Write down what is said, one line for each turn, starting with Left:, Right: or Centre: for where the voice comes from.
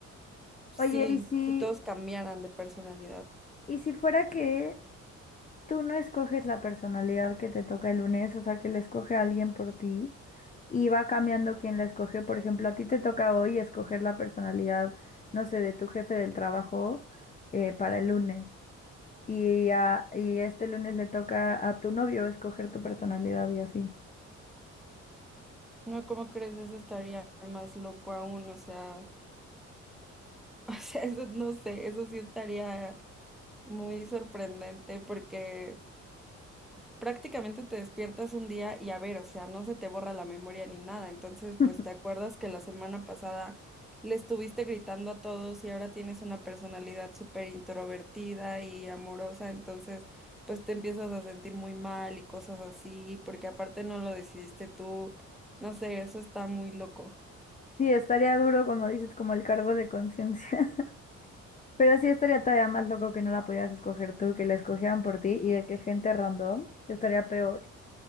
Centre: si,
Left: Oye, ¿y si,
Centre: si todos cambiaran de personalidad.
Left: y si fuera que Tú no escoges la personalidad que te toca el lunes, o sea, que la escoge alguien por ti y va cambiando quién la escoge. Por ejemplo, a ti te toca hoy escoger la personalidad, no sé, de tu jefe del trabajo eh, para el lunes. Y, a, y este lunes le toca a tu novio escoger tu personalidad y así.
Centre: No, ¿cómo crees? Eso estaría más loco aún, o sea, <laughs> o sea, eso no sé, eso sí estaría muy sorprendente porque prácticamente te despiertas un día y a ver, o sea, no se te borra la memoria ni nada. Entonces,
Left: <laughs>
Centre: pues te acuerdas que la semana pasada le estuviste gritando a todos y ahora tienes una personalidad súper introvertida y amorosa, entonces, pues te empiezas a sentir muy mal y cosas así, porque aparte no lo decidiste tú. No sé, eso está muy loco.
Left: Sí, estaría duro, como dices, como el cargo de conciencia. <laughs> Pero sí estaría todavía más loco que no la pudieras escoger tú, que la escogieran por ti y de que gente random estaría peor.